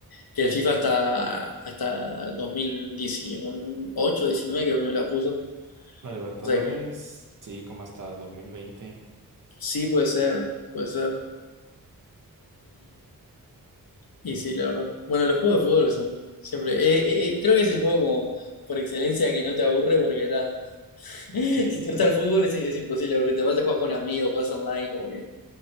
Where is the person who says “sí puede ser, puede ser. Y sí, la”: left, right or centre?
Left